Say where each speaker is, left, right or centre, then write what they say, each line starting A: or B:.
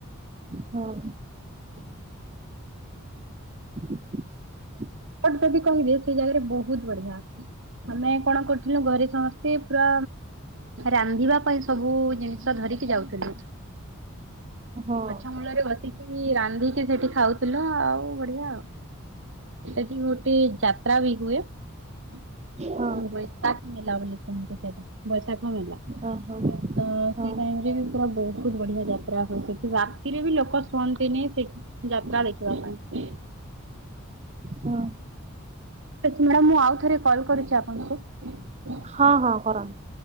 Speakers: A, on the right (about 30°); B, on the right (about 60°).
A: ହଁ।
B: <inaudible>
A: <inaudible>
B: ଏଫଟ ଯଦି କହିବେ ସେ ଜାଗାରେ ବହୁତ ବଢିଆ। ଆମେ କଣ କରୁଥିଲୁ ଘରେ ସମସ୍ତେ ପୁରା ରାନ୍ଧିବା ପାଇଁ ସବୁ ଜିନିଷ ଧରିକି ଯାଉଥିଲୁ
A: ହଁ
B: ଗଛ ମୂଳରେ ବସିକି ରାନ୍ଧିକି ସେଠି ଖାଉଥିଲ ଆଉ ବଢିଆ ଆଉ। ସେଠି ଗୋଟେ ଯାତ୍ରା ବି ହୁଏ। <unintelligible>
A: ହଁ
B: ମେଲା ବୋଲି କୁହନ୍ତି ସେଇଟା ବୈଶାଖ ମେଲା
A: ଓହୋ
B: ତ
A: ହଁ
B: ସେଇ ଟାଇମ ରେ ବି ପୁରା ବହୁତ ବହୁତ ବଢିଆ ଯାତ୍ରା ହୁଏ ସେଠି ରାତିରେ ବି ଲୋକ ଶୁଅନ୍ତିନି ସେଠି ଯାତ୍ରା ଦେଖିବା ପାଇଁ। ଠିକ
A: ହଁ।
B: ସେଠି ମ୍ୟାଡ଼ାମ ମୁଁ ଆଉ ଥରେ କଲ କରୁଚି ଆପଣଙ୍କୁ।
A: ହଁ ହଁ କରନ୍ତୁ।